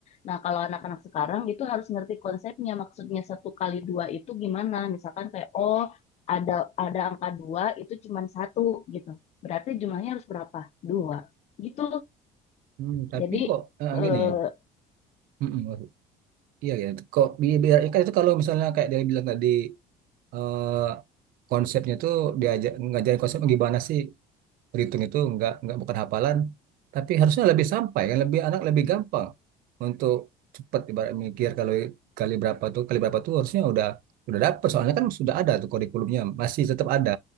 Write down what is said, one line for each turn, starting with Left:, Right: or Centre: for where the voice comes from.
Left: Nah kalau anak-anak sekarang itu harus ngerti konsepnya maksudnya satu kali dua itu gimana misalkan kayak oh ada ada angka dua itu cuma satu gitu berarti jumlahnya harus berapa dua gitu
Right: Hmm, tapi
Left: jadi
Right: kok eh,
Left: eh,
Right: gini. Mm-mm, maksud- iya ya. Kok bi- biar kan itu kalau misalnya kayak dia bilang tadi eh, konsepnya tuh diajak ngajarin konsep gimana sih? berhitung itu nggak nggak bukan hafalan, tapi harusnya lebih sampai kan lebih anak lebih gampang untuk cepat ibarat mikir kalau kali berapa tuh kali berapa tuh harusnya udah udah dapet soalnya kan sudah ada tuh kurikulumnya masih tetap ada.